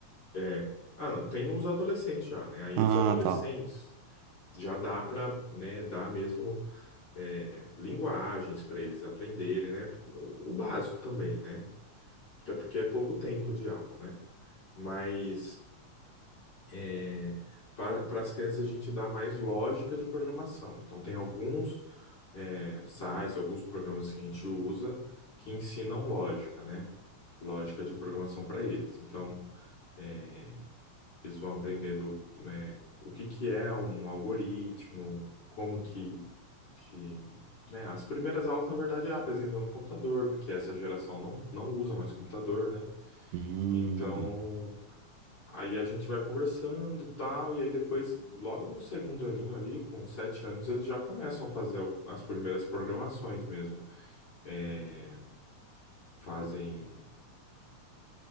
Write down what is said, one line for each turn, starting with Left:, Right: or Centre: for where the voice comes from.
Left: É. Ah, não, tem os adolescentes já, né? Aí
Right: Ah,
Left: os adolescentes
Right: tá.
Left: já dá para, né, dar mesmo é, linguagens para eles aprenderem, né? O básico também, né? Até porque é pouco tempo de aula, né? Mas é, para as crianças a gente dá mais lógica de programação. Então tem alguns é, sites, alguns programas que a gente usa que ensinam lógica, né? Lógica de programação para eles. Então É, eles vão aprendendo, né, o que que é um algoritmo, como que, que, né, as primeiras aulas, na verdade, é apresentando o computador, porque essa geração não, não usa mais computador, né?
Right: Hum.
Left: Então, aí a gente vai conversando, tal, e aí depois, logo no segundo aninho ali, com sete anos, eles já começam a fazer al- as primeiras programações mesmo. É, fazem